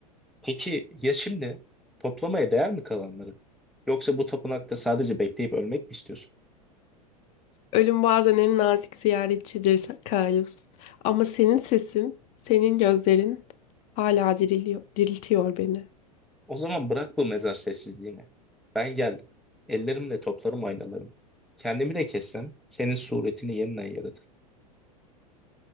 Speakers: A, in the centre; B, on the left.
A: Peki ya şimdi toplamaya değer mi kalanları? Yoksa bu tapınakta sadece bekleyip ölmek mi istiyorsun?
B: Ölüm bazen en nazik ziyaretçidir Carlos. Ama senin sesin, senin gözlerin hala diriliyor, diriltiyor beni.
A: O zaman bırak bu mezar sessizliğini. Ben geldim. Ellerimle toplarım aynalarımı. Kendimi de kessem senin suretini yeniden yaratır.